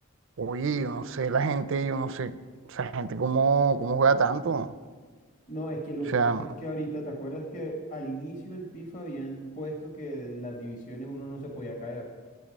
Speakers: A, on the right; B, on the left.
A: Oye, yo no sé, la gente, yo no sé, esa gente cómo, cómo juega tanto. O
B: No, es que lo que
A: sea,
B: pasa es que ahorita, ¿te acuerdas que al inicio del FIFA habían puesto que de las divisiones uno no se podía caer